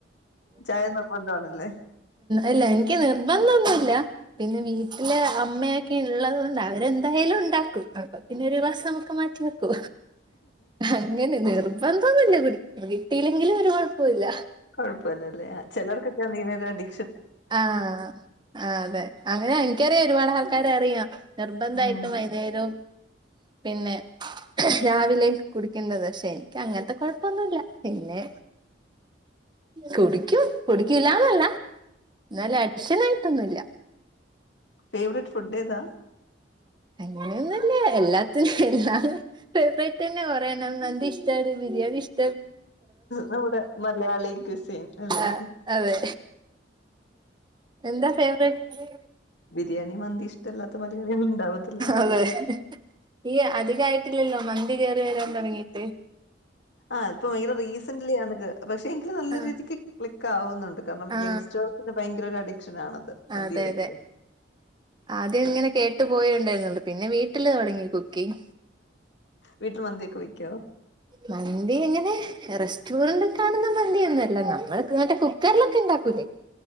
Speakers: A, on the left; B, on the right.
A: ചായ നിർബന്ധമാണല്ലേ.
B: ഇല്ല എനിക്ക് നിർബന്ധൊന്നുല്ല. പിന്നെ വീട്ടില് അമ്മയെ ക്കെ ഇള്ളത് കൊണ്ട് അവരെന്തായാലും ഉണ്ടാക്കും അപ്പ പിന്നെ ഒരു വസം നമുക്ക് മാറ്റി വെക്കും. അങ്ങനെ നിർബന്ധോന്നില്ല കു കിട്ടിയില്ലെങ്കിലും ഒരു കുഴപ്പോല്ല.
A: കൊഴപ്പല്ലല്ലേ ചെലോർക്കൊക്കെ ആണെങ്കിൽ ഒര് അടി
B: ആഹ് ആ അതെ അങ്ങനെ എനിക്കറിയാം ഒരുപാട് ആൾക്കാര അറിയാം നിർബന്ധമായിട്ടും
A: ഉം
B: വൈകുന്നേരവും പിന്നെ രാവിലെ കുടിക്കേണ്ടത് പക്ഷേ എനിക്ക് അങ്ങനത്തെ കുഴപ്പൊന്നുല്ല പിന്നെ കുടിക്കൂ കുടിക്കൂല്ലന്നല്ല. എന്നാൽ അടിഷനായിട്ടൊന്നുല്ല.
A: ഫേവററ്റ് ഫുഡേതാ?
B: അങ്ങനെയൊന്നുല്ല എല്ലാത്തിനും എല്ലാ ഫേവറേറ്റ് തന്നെ കൊറയെണം, മന്തി ഇഷ്ടട് ബിരിയാണി ഇഷ്
A: നമ്മുടെ മലയാളി ക്രിസ്യൻ അല്ലേ.
B: ആ അതെ എന്താ ഫേവററ്റ്സ്
A: ബിരിയാണി മന്തി ഇഷ്ടമല്ലാത്ത മലയാളികൾ ഉണ്ടാവത്തില്ലല്ലോ
B: അതെ ഈ അധികായിട്ടില്ലല്ലോ. മന്തി കേറി വരാൻ തുടങ്ങീട്ട്
A: ആ ഇപ്പോ ഭയങ്കര റീസന്റ്ലി ആണ് കേ പക്ഷേ എങ്കിലും നല്ല
B: ആ
A: രീതിക്ക് ക്ലിക് ക്കാവുന്നുണ് കാരണം
B: ആ
A: യങ്സ്റ്റേഴസിന് ഭയങ്കര അഡിക്ഷൻ ആണത് മന്തി
B: അതെ
A: അഡിക്ഷൻ
B: അതെ ആദ്യം ഇങ്ങനെ കേട്ട് പോയ ഉണ്ടായിരുന്നുള്ള പിന്നെ വീട്ടില് തുടങ്ങി കുക്കിംഗ്
A: വീട്ടില് മന്ദിയൊക്കെ വെക്കോ
B: മന്തി എങ്ങനെ റെസ്റ്റോറന്റ് കാണുന്ന മന്തി ഒന്നല്ല നമ്മൾ ഇങ്ങ കുക്കറിലൊക്കെ ഉണ്ടാക്കൂലേ